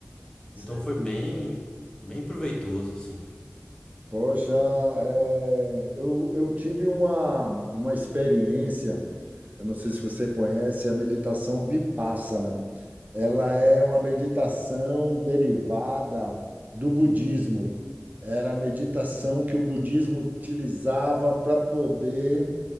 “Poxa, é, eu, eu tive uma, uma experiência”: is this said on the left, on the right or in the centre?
Right